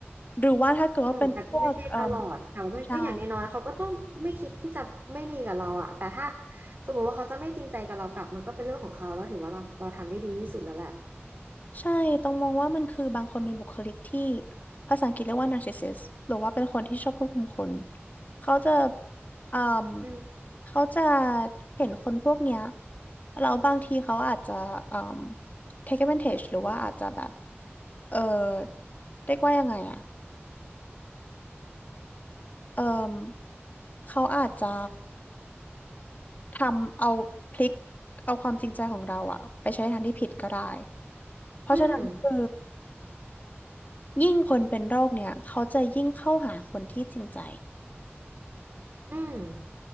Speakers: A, on the left; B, on the right.
A: หรือว่าถ้าเกิดว่าเป็นพวกเอ่อ
B: อืมแต่ก็ไม่ใช่ตลอด แต่ว่ามันก็อย่างน้อยๆ
A: ใช่
B: เขาก็ต้องไม่คิดที่จะไม่ดีกับเราอะแต่ถ้าสมมติว่าเขาจะไม่จริงใจกับเรากลับมันก็เป็นเรื่องของเขาแล้วถือว่าเราเราทำได้ดีที่สุดแล้วแหละ
A: ใช่ ต้องมองว่ามันคือบางคนมีบุคลิกที่ภาษาอังกฤษเรียกว่า narcissist หรือว่าเป็นคนที่ชอบควบคุมคนเขาจะอืม
B: อืม
A: เขาจะเห็นคนพวกเนี้ยแล้วบางทีเขาอาจจะอืม take advantage หรือว่าอาจจะแบบ เออเรียกว่ายังไงอะ เออเขาอาจจะทำเอาพลิกเอาความจริงใจของเราอะไปใช้ในทางที่ผิดก็ได้ เพราะฉะนั้นคือ
B: อืม
A: ยิ่งคนเป็นโรคเนี่ยเขาจะยิ่งเข้าหาคนที่จริงใจ
B: อืม